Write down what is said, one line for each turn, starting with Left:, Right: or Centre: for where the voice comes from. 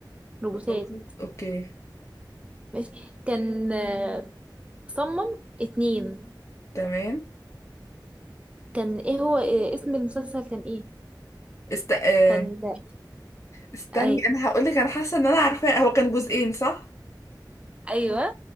Right: روبوتات
Left: روبوت اوكي
Right: ماشي كان آه، صمم اتنين
Left: تمام
Right: كان ايه هو إيه اسم المسلسل كان ايه
Left: است... آه،
Right: كان آه،
Left: استني
Right: اي
Left: انا هقول لك انا حاسه ان انا عارفاه هو كان جزئين صح
Right: ايوه